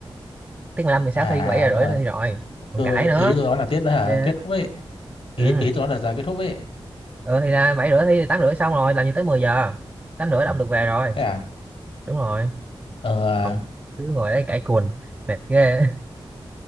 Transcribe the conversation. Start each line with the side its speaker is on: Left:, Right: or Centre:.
Right: tiếng 15 mười
Left: À
Right: sáu thi 7 giờ
Left: đúng
Right: rưỡi
Left: rồi.
Right: là thi rồi còn
Left: Tôi
Right: cãi nữa
Left: ý tôi nói là tiết đó hả?
Right: yeah.
Left: Kết thúc ấy. Ý
Right: ừ.
Left: ý tôi nói là giờ kết thúc ấy.
Right: ừ thì ra 7 rưỡi thi thì 8 rưỡi xong rồi làm gì tới 10 giờ 8 rưỡi là ông được về rồi
Left: Thế à?
Right: đúng rồi
Left: Ờ
Right: còn cứ ngồi đấy cãi cùn mệt ghê